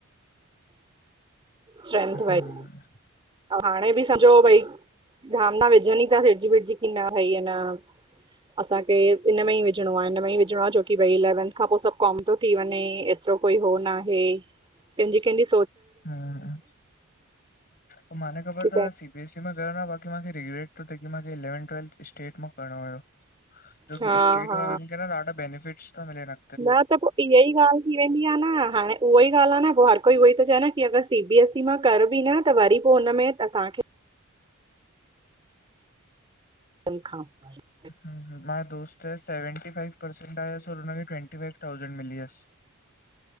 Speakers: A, on the right (about 25°); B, on the left (about 45°).
A: स्ट्रेंथ
B: हम्म
A: वाइस हाणें बि सम्झो भई धाम न विझनि ई था सिड़जी विड्जी की न भई आ न असांखे इन में ई विझिणो आ इन में ई विझिणो आ, छोकी भई इलेवंथ खां पो सभु कॉम तो थी वंञे। तो कोई हो ना हे। केंजी- केंजी
B: ह पो माने ख़बर
A: की
B: तव सी बी एसी में कयो न बाक़ी माखे रिग्रेट तो थे की माखे इलेवंथ ट्वेल्थ स्टेट मां करिणो हुयो। जोकी
A: हा
B: स्टेट
A: हा
B: वारनि खे न ॾाढा बेनिफिट्स ता मिलेनि
A: न त पो इह्य ई ॻाल्हि थी वेंदी आ न हाणे उहो ई ॻाल्हि आ न पो हर कोई उहो ई तो चए न की अगरि सी बी एस ई मां कर बि न त वरी पो हुन में तहांखे तिन खां पोय
B: हुं हुं, मांयें दोस्त या सेवेंटी फाइव परसेंट आयसि और हुनखे ट्वैेंटी फाइव थाउसेंड मिली यसि।